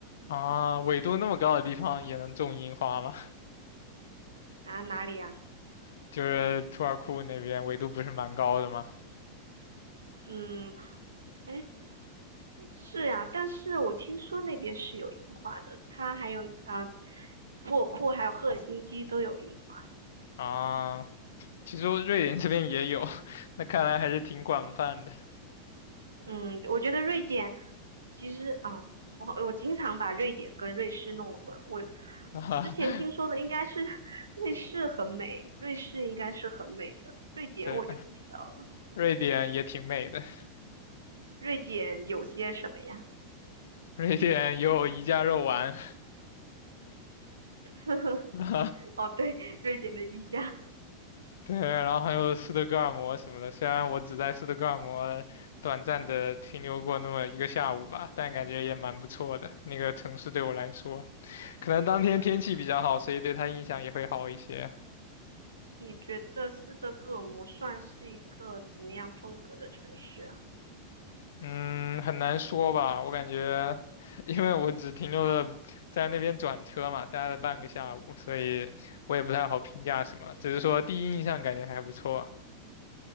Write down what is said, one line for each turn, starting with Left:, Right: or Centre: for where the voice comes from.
Left: 啊，纬度那么高的地方也能种樱花吗？
Right: 啊，哪里啊？
Left: <laughs> 就是图尔库那边纬度不是蛮高的吗？
Right: 嗯，哎，是呀、但是我听说那边是有樱花的，它还有啊，土尔库还有赫尔辛基都有樱花。
Left: 啊，其实我瑞典这边也有，<laughs> 那看来还是挺广泛的
Right: 嗯，我觉得瑞典其实啊，我我经常把瑞典跟瑞士弄混。我
Left: <laughs> 啊。
Right: 之前听说的应该是 <laughs> 瑞士很美，瑞士应该是很美的，瑞典我就不知道了。
Left: 对，瑞典也挺美的，
Right: 瑞典有些什么呀？
Left: 瑞典有宜家肉丸。
Right: <laughs>
Left: <laughs>
Right: 哦，对，瑞典的衣架。
Left: 对，然后还有斯德哥尔摩什么的，虽然我只在斯德哥尔摩短暂的停留过那么一个下午吧，但感觉也蛮不错的。那个城市对我来说，可能当天天气比较好，所以对他印象也会好一些。
Right: 你觉得斯德哥尔摩算是一个怎么样风格的城市啊？
Left: 嗯，很难说吧，我感觉，因为我只停留了在那边转车嘛，待了半个下午，所以我也不太好评价什么，只是说第一印象感觉还不错。